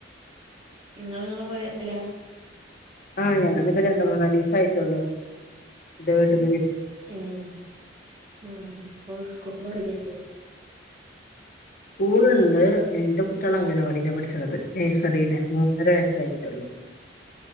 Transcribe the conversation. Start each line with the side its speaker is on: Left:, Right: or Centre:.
Right: ഇങ്ങള് ഇങ്ങളെ പൊരേലാ.
Left: ആഹ ഞങ്ങളിപ്പോ രണ്ട് മൂന്നാലീസായിട്ടള്ളു ഇ വീട്ടക്ക്
Right: ഏഹ് ആഹ് പ്പൊ സ്കൂളൊക്കല്ലേല്ലെ
Left: സ്കൂളുണ്ട് എന്റെ കുട്ടികളങ്ങനവാടിയില പഠിച്ചണത് നേഴ്സറിയില മൂന്നര വയസ്സായിട്ടുള്ളൂ <inaudible>